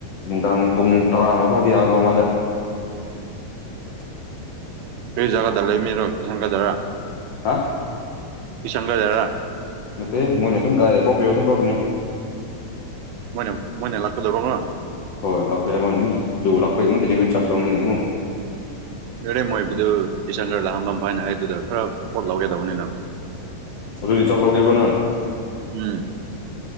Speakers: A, on the left; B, on the right.
A: ꯅꯨꯡꯗꯥꯡ ꯄꯨꯡ ꯇꯔꯥ ꯃꯈꯥꯎꯗꯤ ꯌꯥꯗꯧ ꯃꯥꯜꯂꯦ
B: <inaudible> ꯐꯔꯤꯖꯒꯥꯒꯗ ꯂꯩ ꯃꯤꯔꯣ ꯀꯤꯁꯟꯒꯗꯔ
A: ꯍꯥ
B: ꯁꯪꯒꯗꯔ
A: ꯅ ꯃꯣꯏꯅꯤ ꯑꯗꯨꯝ ꯀꯥꯏ ꯄꯄꯤ ꯑꯗꯨꯝ ꯄꯅꯤ
B: ꯃꯣꯏꯅ ꯃꯣꯏꯅ ꯂꯥꯛꯀꯗꯕ ꯉꯣ
A: ꯍꯣꯏ ꯂꯥꯛꯄ ꯌꯥ ꯃꯥ ꯂ ꯂꯥꯛꯄ ꯃ ꯗꯗꯤꯂꯤꯚꯔꯤ ꯆꯥꯖ ꯂ ꯂꯧꯅꯤ ꯅꯃꯣ
B: ꯌꯥꯔꯦ ꯃꯣꯏꯕꯤꯗꯨ ꯀꯤꯁꯟꯒꯔ ꯂꯥꯍꯝꯕꯝ ꯐꯥꯏꯅ ꯍꯥꯏꯗꯨꯗ ꯈꯔ ꯄꯣꯠ ꯂꯧꯒꯗꯕꯅꯤꯅꯪ
A: ꯍꯧꯏ ꯆꯠꯂꯒꯦꯕꯅ
B: ꯎꯝ